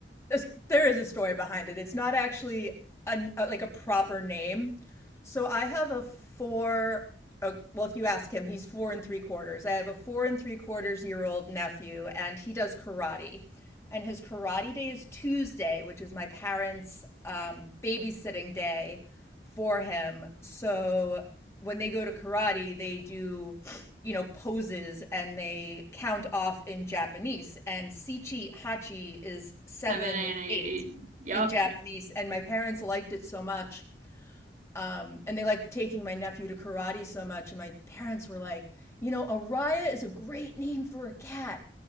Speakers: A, on the left (about 15°); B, on the right (about 50°).
A: There's- There is a story behind it. It's not actually an, uh, like a proper name. So I have a four, uh, well, if you ask him, he's four and three quarters. I have a four and three quarters year old nephew, and he does karate. And his karate day is Tuesday, which is my parents' um, babysitting day for him. So when they go to karate, they do, you know, poses and they count off in Japanese. And Sichi Hachi is seven,
B: Seven A and eight.
A: eight
B: Yep.
A: in Japanese. And my parents liked it so much. Um, and they liked taking my nephew to karate so much. And my parents were like, you know, Araya is a great name for a cat,